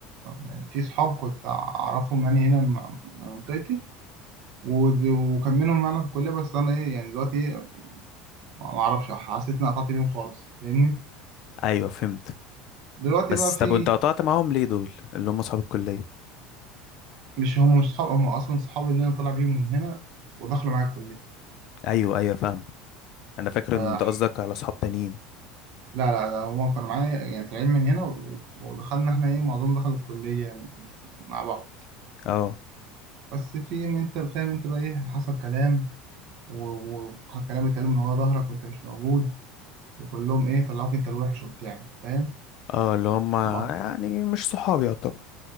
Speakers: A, on the right; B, on the left.
A: يعني في صحاب كنت اعرفهم يعني هنا م- من منطقتي ود- وكان منهم معانا في الكليه بس انا ايه يعني دلوقتي إيه، ما ما اعرفش حسيت اني قطعت بيهم خالص فاهمني
B: ايوه فهمت
A: دلوقتي
B: بس
A: بقى في
B: طب وانت قطعت معاهم ليه دول اللي هم صحاب الكليه
A: مش هم مش صحاب هم اصلا صحابي اللي انا طالع بيهم من هنا ودخلوا معايا
B: ايوه ايوه فاهم انا فاكر
A: الكليه
B: ان انت قصدك على صحاب تانيين
A: لا لا لا هما كانوا معايا يعني طالعين من هنا و- ودخلنا احنا ايه معظمنا دخل الكلية يعني مع بعض
B: اه
A: بس في ما انت فاهم انت بقى ايه حصل كلام و- وكلام اتقال من ورا ظهرك وانت مش موجود وكلهم ايه طلعوك انت الوحش وبتاع فاهم
B: اه اللي هم
A: اما
B: يعني مش صحابي يعتبر